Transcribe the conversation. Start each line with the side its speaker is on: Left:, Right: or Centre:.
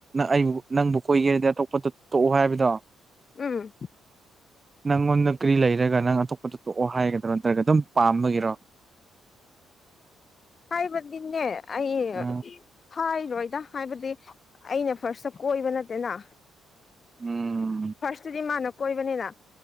Right: ꯑꯩꯕꯨ ꯅꯪꯕꯨ ꯀꯣꯏꯒꯦꯔꯗꯤ ꯑꯇꯣꯞꯄꯗ ꯇꯣꯛꯑꯣ ꯍꯥꯏꯕꯗꯣ
Left: ꯎꯝ
Right: ꯅꯪꯉꯣꯟꯗ ꯀ꯭ꯔꯤ ꯂꯩꯔꯒ ꯅꯪꯑꯇꯣ ꯄꯠꯇ <inaudible> ꯇꯣꯛꯑꯣ ꯍꯥꯏꯒꯗ꯭ꯔꯣ ꯅꯠꯇ꯭ꯔꯒ ꯑꯗꯨꯝ ꯄꯥꯝꯕꯒꯤꯔꯣ
Left: ꯍꯥꯏꯕꯗꯤꯅꯦ ꯑꯩ
Right: ꯑ
Left: ꯍꯥꯏ ꯂꯣꯏꯗ ꯍꯥꯏꯕꯗꯤ ꯑꯩꯅ ꯐꯥꯔꯁꯇ ꯀꯣꯏꯕ ꯅꯠꯇꯦꯅ
Right: ꯎꯝ
Left: ꯐꯥꯔꯁꯇꯨꯗꯤ ꯃꯥꯅ ꯀꯣꯏꯕꯅꯤꯅ